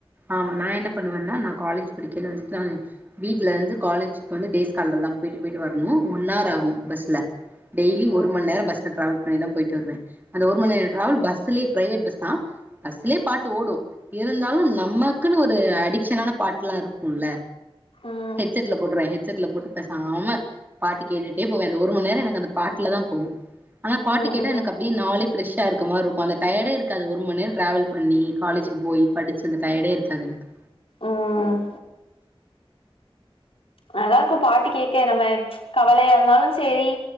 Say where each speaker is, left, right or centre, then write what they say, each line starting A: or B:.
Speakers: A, on the right; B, on the left.
A: ஆமா நா என்ன பண்ணுவேன்னா நா காலேஜ் படிக்கல <unintelligible> வீட்டுலருந்து காலேஜுக்கு வந்து டே ஸ்காலர்தா போய்டு போய்டு வர்னோ ஒன் ஹார் ஆகு பஸ்ல டெய்லி
B: ம்
A: ஒரு மண்நேரோ பஸ்ல டிராவ பண்ணி தா போய்ட்டு வருவே அந்த ஒரு மண்நேரோ டிராவல் பஸ்லேயே பிரைவேட் பஸ் தா அசலயே பாட்டு ஓடு இருந்தாலு நமக்குன்னு ஒரு அடிக்க்ஷனான பாட்லா இருக்குல
B: ம்
A: ஹெட் செட்ல போட்ருவே ஹெட் செட்ல போட்டு பேசாம பாட்டு கேட்டுட்டே போவே அந்த ஒருமநேரோ எனக்கு அந்த பாட்லதா போகு ஆனா பாட்டு
B: ம்
A: கேட்டா
B: ம்
A: எனக்கு அப்டி நாலு ஃபிரெஷா இருக்க மாருருக்கு அந்த டயர்டே இருக்காது ஒருமநேரோ டிராவல் பண்ணி காலேஜுக்கு போய் படிச்சு அந்த டயடே இருக்காது எனக்கு
B: ம் நல்லாருக்கு பாட்டு கேக்க நம்ம கவலயா இருந்தாலு செரி